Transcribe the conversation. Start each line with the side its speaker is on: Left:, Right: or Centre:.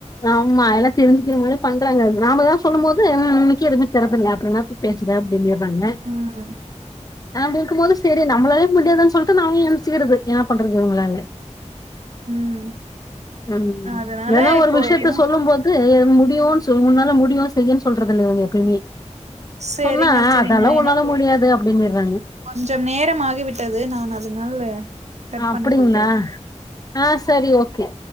Left: ஆமா எல்லா தெரிஞ்சிக்கிற மாரி பண்றாங்க நாம எதா சொல்லும்போது ம் இன்னிக்கு எதுமே தெர்ரதுள்ள அப்றோ என்னாத்துக்கு பேசுர அப்டிங்கிறது பண்ண
Right: ம்
Left: நா கேக்கும் போது செரி நம்மளாலயே முடியாதுன்னு சொல்ட்டு நானு எந்திச்சிக்கிறது என்ன பண்றது உங்களால
Right: ம்
Left: ம்
Right: அதனால
Left: ஏன்னா
Right: இப்போ
Left: ஒரு விஷ
Right: எப்பயுமே
Left: யத்த சொல்லும் போது முடியுன்னு சொல் உன்னால முடியு செய்ன்னு சொல்றது இல்ல இவுங்க எப்பயுமே
Right: சரிங்க
Left: சொன்னா
Right: சரிங்க
Left: அதெல்லா
Right: எனக்கு
Left: உன்னால முடியாது அப்டின்னு இர்றா
Right: கொஞ்சம் நேரம் ஆகிவிட்டது நான் அதனால கட்
Left: அப்டிங்களா
Right: பண்ணிக் கொள்கிறேன்
Left: ஆ சரி ஓகே